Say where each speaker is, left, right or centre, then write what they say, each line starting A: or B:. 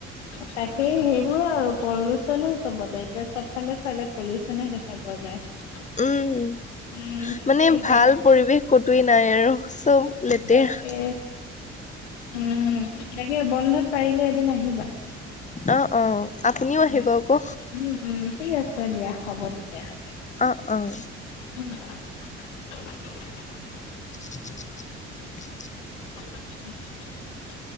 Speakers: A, on the left; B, on the left.
A: তাকেই সেইবোৰ আৰু পলিউচনে চবতে। এতিয়া চবফালে চালে পলিউচনে দেখা পোৱা যায়।
B: উম।
A: উম
B: মানে
A: এই
B: ভাল
A: তাক
B: পৰিৱেশ কটোৱে নাই আৰু। চব লেতেৰা
A: তাকে। উম তাকে বন্ধত পাৰিলে এদিন আহিবা।
B: অঁ অঁ আপুনিওঁ আহিব
A: উম
B: আকৌ।
A: উম উম ঠিক দিয়া হ'ব তেতিয়াহ'লে।
B: অঁ অঁ।
A: <unintelligible>
B: <unintelligible>
A: <unintelligible>